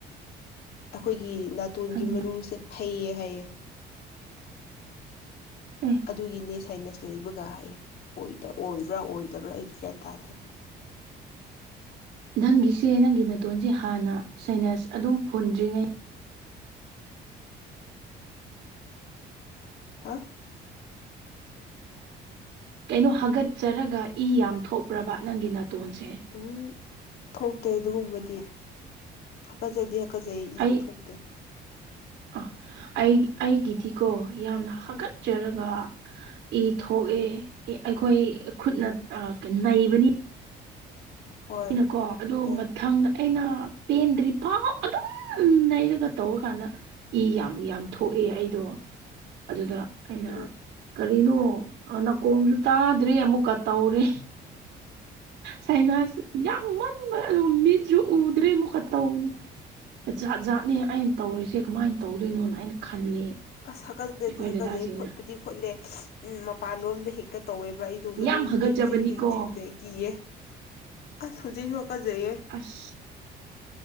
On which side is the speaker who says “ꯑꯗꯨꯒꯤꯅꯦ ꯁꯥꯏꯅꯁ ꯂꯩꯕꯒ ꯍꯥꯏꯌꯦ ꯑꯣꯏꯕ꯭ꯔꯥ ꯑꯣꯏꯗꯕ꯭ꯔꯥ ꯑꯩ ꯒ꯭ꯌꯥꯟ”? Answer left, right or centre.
Left